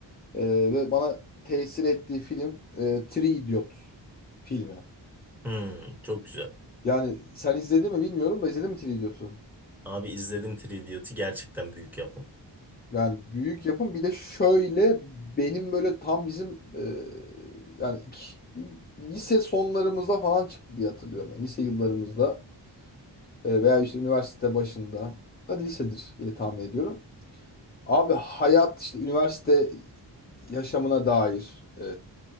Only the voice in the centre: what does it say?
Hmm, çok güzel.
Abi izledim Three Idiot'ı gerçekten büyük yapım.